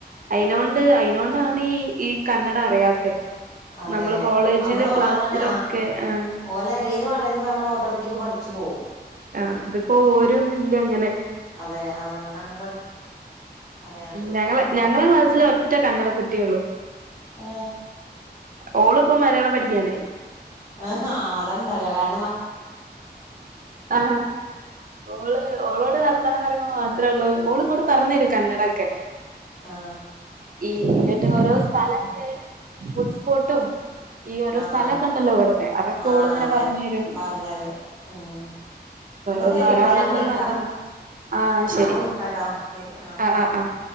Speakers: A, on the right; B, on the left.
A: അയിനോണ്ട് അയിനോണ്ടാണീ കന്നഡ അറിയാത്തെ
B: അതെ
A: നമ്മള് കോളേജിലും
B: നമ്മള്
A: ക്ലാസ്സിലും
B: അങ്ങനെയ
A: ഒക്കെ ആ
B: ഓലെടായില് വളരുമ്പോ നമ്മള് ഓട്ടോമാറ്റിക് പിഠിച്ച് പോകും
A: ആ അതിപ്പോ ഓരോന്നില്ല അങ്ങനെ
B: അതെ അതുകൊണ്ടാണ് പഠി അറിയാത്തത്
A: ഞങ്ങളെ
B: പതുക്കെ
A: ഞങ്ങളെ ക്ലാസ്സിലൊറ്റ കന്നട കുട്ടിയുള്ളു
B: ഏ
A: ഓളിപ്പോ മലയാളം പഠിക്കാനായി
B: ആ അതാണ്ടാക കാര
A: ആ ഓള് ഓളോട് വർത്താനം പറയുമ്പോ മാ ത്രേള്ളൂ ഓള ഇങ്ങോട്ട പറഞ്ഞേരും കന്നഡോക്കെ
B: ആ
A: ഈവെനിംഗ് എന്നിട്ട് ഓരോ സ്ഥലൊക്കെ ഫുഡ് സ്പോട്ടും ഈ ഒരുഓരോസ്ഥലൊക്കെണ്ടല്ലോ
B: ആഹ്
A: ഇവിടുത്തെ അതൊക്കെ
B: ആഹ്
A: ഓളിങ്ങനെ
B: അതെ
A: പറഞ്ഞു തരും
B: പറഞ്ഞരും ഉം എന്നാ
A: ഒന്ന
B: ശരിട്ടോ
A: ഒരാളുള്ളേ
B: ഞാൻ വിളിക്കാ
A: നല്ലതാ ആഹ് ശെരി
B: ഞാൻ വിളിക്കാട്ടോ ശരി ആഹ്
A: ആ ആ ആഹ്